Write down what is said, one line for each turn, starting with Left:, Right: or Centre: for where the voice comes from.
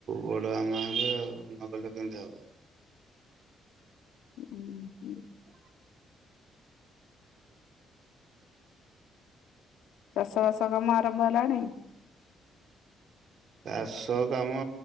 Right: ବଡ ଆମା ହେବେ ଆଉ ନଗଲେ କେମିତି ହବ।
Left: ହୁଁ
Right: <inaudible>
Left: ଚାଷ ବାସ କାମ ଆରମ୍ଭ ହେଲାଣି?
Right: ଚାଷ କାମ